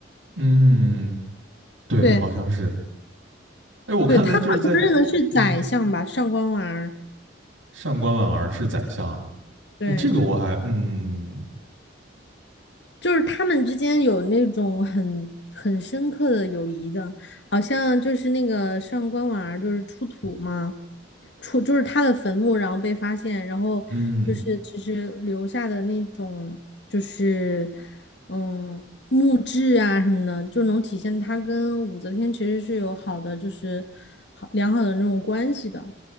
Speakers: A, on the right (about 85°); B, on the left (about 60°).
A: 嗯，对，
B: 对，
A: 好像是。哎，我看在就是在，
B: 对，她好像认的是宰相吧，
A: 嗯，
B: 上官婉儿。
A: 上官婉儿是宰相，
B: 对。
A: 哎，这个我还，嗯
B: 就是他们之间有那种很很深刻的友谊的，好像就是那个上官婉儿就是出土嘛，出就是他的坟墓，然后被发现，然后就是其实留下的那种就是
A: 嗯，
B: 嗯墓志啊什么的，就能体现他跟武则天其实是有好的就是好良好的那种关系的。